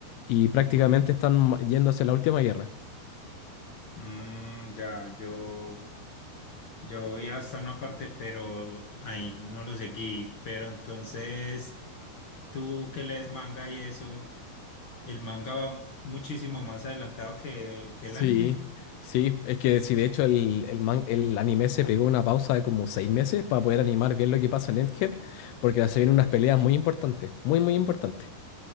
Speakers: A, on the left; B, on the left.
A: y prácticamente están ma- yendo hacia la última guerra.
B: Mm, ya, yo, yo voy hasta una parte, pero ahí no lo seguí, pero entonces tú que lees manga y eso, el manga va muchísimo más adelantado que, que
A: Sí,
B: el anime.
A: sí, es que sí, de hecho el, el, man- el anime se pegó una pausa de como seis meses para poder animar bien lo que pasa en Egghead, porque se vienen unas peleas muy importantes, muy, muy importantes.